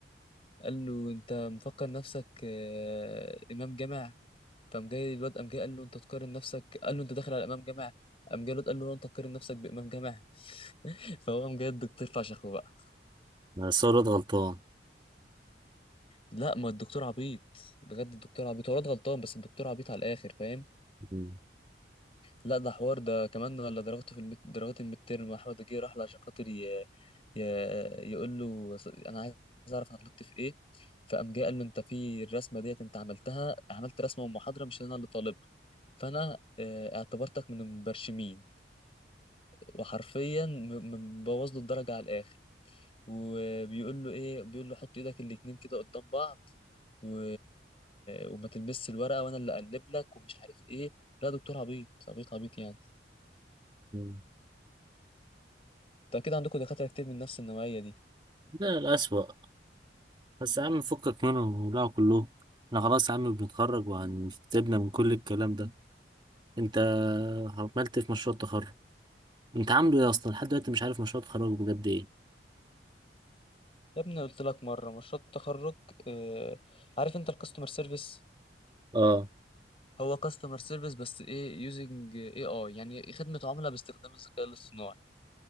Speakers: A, on the left; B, on the right.
A: قال له انت مفكر نفسك آه، امام جامع فقام جاي الواد قام جاي قال له انت تقارن نفسك قال له انت داخل على امام جامع قام جاي الواد قال له انت تقارن نفسك بامام جامع فهو قام جاي الدكتور فشخه بقى
B: صورة <laughs> غلطان
A: لا ما الدكتور عبيط بجد الدكتور عبيط هو الواد غلطان بس الدكتور عبيط على الاخر فاهم
B: مم.
A: لا ده حوار ده كمان ولا درجته في المت... درجات الميد تيرم احمد جه راح له عشان خاطر ي... ي... يقول له انا عايز اعرف انا غلطت في ايه فقام جه قال له انت في الرسمه ديت انت عملتها عملت رسمه ومحاضره مش انا اللي طالبها فانا آه، اعتبرتك من المبرشمين وحرفيا م- م- مبوظ له الدرجه على الاخر وبيقول له ايه بيقول له حط ايدك الاتنين كده قدام بعض و... وما تلمسش الورقه وانا اللي اقلب لك ومش عارف ايه لا دكتور عبيط عبيط عبيط يعني
B: مم.
A: انت اكيد عندكم دكاتره كتير من نفس النوعيه دي
B: ده الأسوأ بس يا عم فكك منهم وبلعوا كلهم احنا خلاص يا عم بنتخرج وهنسيبنا من كل الكلام ده انت عملت ايه في مشروع التخرج انت عامله ايه اصلا لحد دلوقتي مش عارف مشروع التخرج بجد ايه
A: يا ابني قلت لك مره مشروع التخرج آه... عارف انت الكاستمر سيرفيس
B: اه
A: هو كاستمر سيرفيس بس ايه يوزنج اي اي يعني خدمه عملاء باستخدام الذكاء الاصطناعي